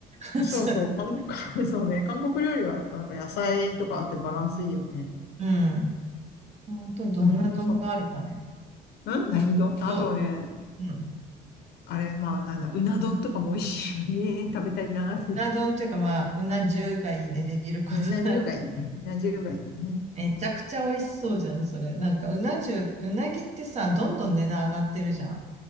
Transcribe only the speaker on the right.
<laughs>
うん。あと、どんな丼があるかね。
ど、うん。う
な丼っていうか、まあ、うな重がいいね、できること。
<laughs>
めちゃくちゃ美味しそうじゃん、それ。なんか、うな重、うなぎってさ、どんどん値段上がってるじゃん。